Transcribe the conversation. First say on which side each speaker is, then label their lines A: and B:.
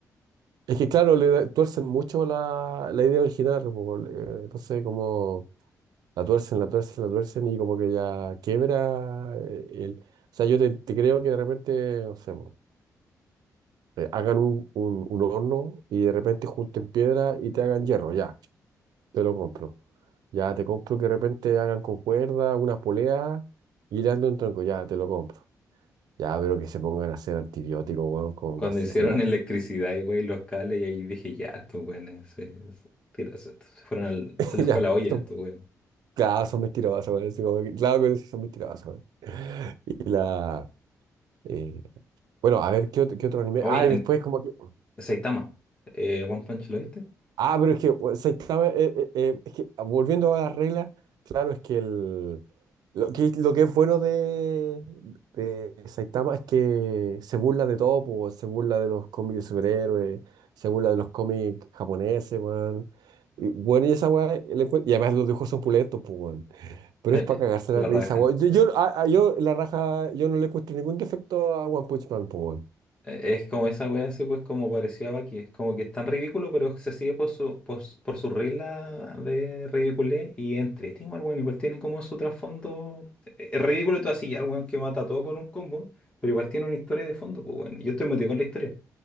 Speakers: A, on the right; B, on the left.
A: es que claro, le da- tuercen mucho la, la idea original, pues, eh, entonces como la tuercen, la tuercen, la tuercen y como que ya quiebra eh, el... O sea, yo te, te creo que de repente, no sé, pues, eh, hagan un, un, un horno y de repente junten piedra y te hagan hierro, ya, te lo compro. Ya te compro que de repente hagan con cuerda, unas poleas y le anden un tronco, ya, te lo compro. Ya, pero que se pongan a hacer antibióticos, weón, con
B: Cuando
A: vasija,
B: hicieron
A: ya.
B: <laughs> electricidad y wey, los cables, y ahí dije, ya, estos weones se, se, tira- se- se fueron al-
A: <laughs>
B: se les fue
A: Ya,
B: la olla
A: son,
B: a estos weones.
A: claro, son mentirosos, weón. así como que- Claro que sí son mentirosos, weón. Y la... eh, bueno, a ver, ¿qué, ot- qué otro anime?
B: Hoy
A: Ah, y
B: en
A: después como que
B: Saitama, eh, One Punch, ¿lo viste?
A: Ah, pero es que, o sea, estaba, eh, eh, eh, es que, ah, volviendo a la regla, claro, es que el, lo que, lo que es bueno de, de Saitama es que se burla de todo, po, se burla de los cómics de superhéroes, se burla de los cómics japoneses, weón. Y, bueno, y esa weá, el encue- y además los dibujos son pulentos, pues, weón. Pero
B: Eh,
A: es para
B: eh,
A: cagarse la
B: la
A: risa,
B: raja.
A: weón. Yo, yo,
B: sí.
A: a- a- yo, la raja, yo no le encuentro ningún defecto a One Punch Man, po, weón.
B: Eh, Es como esa wea así, pues como parecía aquí Es como que es tan ridículo, pero se sigue por su, por, su por su regla de ridiculez y entretenido el weón. Igual tiene como su trasfondo. eh, Es ridículo y todo así, ya el weón que mata a todo con un combo, pero igual tiene una historia de fondo, pues weón. Yo estoy metido con la historia.